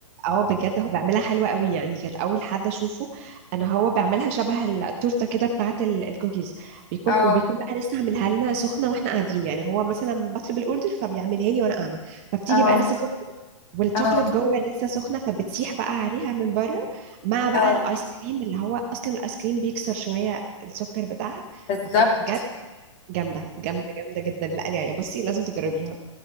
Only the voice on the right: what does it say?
اه بجد هو بيعملها حلوة قوي يعني كانت اول حد اشوفه انا هو بيعملها شبه التورته كده بتاعه ال- الكوكيز بيكون
وبيكون بقى لسه عاملها لنا سخنه واحنا قاعدين يعني هو مثلا بطلب الاوردر فبيعملها لي وانا قاعده فبتيجي
بقى لسه سخنه والشوكليت
جوه لسه سخنه فبتسيح بقى عليها من بره مع بقى
الايس كريم اللي هو اصلا الايس كريم بيكسر شويه السكر بتاعها
فبتبقى بجد جامده جامده جامده جدا لا يعني بصي لازم تجربيها